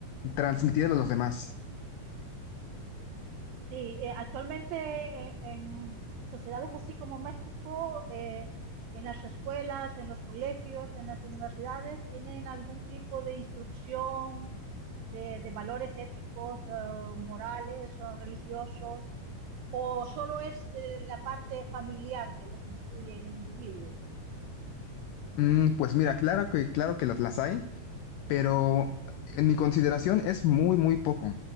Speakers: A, on the left; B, on the right.
A: transmitir a los demás.
B: Sí, eh, actualmente eh, en sociedades así como México, eh, en las escuelas, en los colegios, en las universidades, tienen algún tipo de instrucción de, de valores éticos, eh, morales, o religiosos, o solo es eh, la parte familiar que los incluye en el individuo.
A: Mm, pues mira, claro que, claro que las las hay. pero en mi consideración es muy, muy poco.